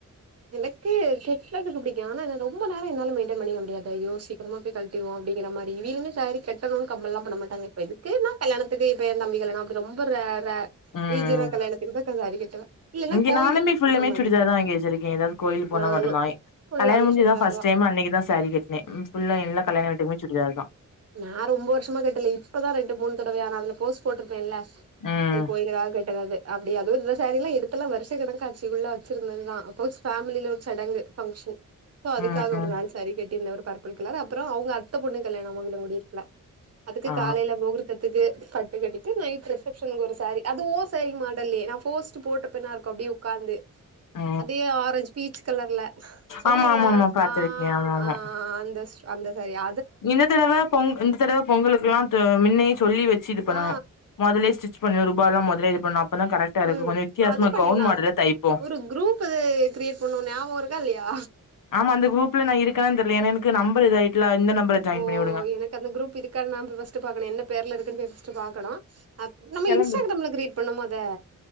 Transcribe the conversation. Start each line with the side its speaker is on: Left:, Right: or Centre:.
Right: எனக்கு செட்து <unintelligible> குடி ஆனா என்னா ரொம்ப நேரம் மெய்டன பண்ண முடியாது ஐயோ சீக்கிரமா போ கழட்டிர்வோ அப்டிங்க மாறி இவீங்களுமே சாரி கெட்டணுனு கம்பல்ல்லா பண்ண மாட்டாங்க இப்ப இதுக்குன்னா கல்யணத்துக்குப்ப என் தம்பி கல்யாணனோ அது ரொம்ப ர ர
Left: ம்
Right: கல்யாணத்துக்கு தா கஞ சாரி கட்டுவே இல்லன்னா
Left: இங்க
Right: கோயில்
Left: நாலுமே புல்லுமே
Right: நம்ம
Left: சுடிதாத
Right: இதுக்கு
Left: தான் இங்க வச்சிருக்கேன ஏதாதது கோயில் போனா
Right: நானு
Left: மட்டும்தா
Right: ஃபுல்லாவே
Left: கல்யாணம் முடிஞ்சி
Right: சுடிதார்
Left: இத பிர்ஸ்டு
Right: தா
Left: டைம் அன்னைக்கு தா சாரீ கட்டின புல்ல எல்ல கல்யண வீட்டுமே சுடிதார் தா
Right: நான் ரொம்ப வருஷமா கட்டல இப்பதா ரெண்டு மூணு தடவைய நா அதுல போஸ்ட் போற்ருப்பேல்ல
Left: ம்
Right: அது கோயிலுக்காக கட்டனது அப்டி அது இந்த சாரிலா எடுத்துலா வருஷ கணக்காட்சி உள்ள வச்சிருந்ததுதா அப்போ வச் ஃபேமமில ஒரு சடங்கு பங்க்ஷன் சோ அதுக்காக
Left: ம் ம்
Right: ஒரு நாள் சரி கட்டிருந்த ஒரு ல அப்புற அவங்க அத்த பொண்ணு கல்யாணம் மகில முடிறதுக்குள்ள அதுக்கு
Left: ஆ
Right: காலையில முகுர் த்ததுக்கு பட்டு கட்டிட்டு நைட் ரிசபப்ஷனுக்கு ஒரு சார அது ஓ சாரீ மாடல்லையே நான் போர்ஸ்ட்ட் போட்டப்பன இருக்கும் அப்படியே உட்காந்து
Left: ஆ
Right: அதே ஆ பீச் கலர்ல சொன்னேல்ல
Left: ஆமா ஆமா ஆமா பாத்திருக்கே
Right: அ
Left: ஆமா ஆமா
Right: அ அந்த அந்த சாரி தா
Left: இந்த தடவ பொங்கல் இந்த தடவ பொங்கலுக்கெல்லா முன்னே சொல்லி வச்சு இது பண்ணணு
Right: ஆ
Left: முதலே ஸ்டிச் பண்ணணு ரூபா எல்லா இது பண்ணணு அப்பதா கரெக்ட் டா இருக்கும்
Right: ம்
Left: கொஞ்ச வித்தியாசம
Right: பண்ணிர்லா
Left: கவுன் மாடல தைப்போ
Right: ஒரு குரூப் குருப்பு அது கிரியேட் பண்ணோ ஞாபகோ இருக்கா இல்லையா
Left: ஆமா அந்த குரூப்ல நா இருக்கன்னு தெரியல ஏன்னா எனக்கு நம்பர் இது ஆயிட்டுல இந்த நம்பர ஜாயின்
Right: ஓ
Left: பண்ணி விடுங்க
Right: எனக்கு அந்த குரூப் இருக்க என்னனு பாஸ்ட் பாக்கனு என்ன பேர்ல இருக்குனு பாக்கணு நம்ம
Left: கெளம்பு
Right: இன்ஸ்டாகிராம்ல க்ரியேட் பண்ணுபோத